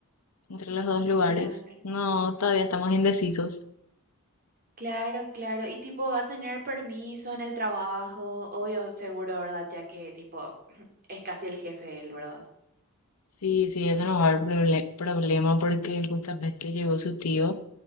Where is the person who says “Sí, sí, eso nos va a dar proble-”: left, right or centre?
Left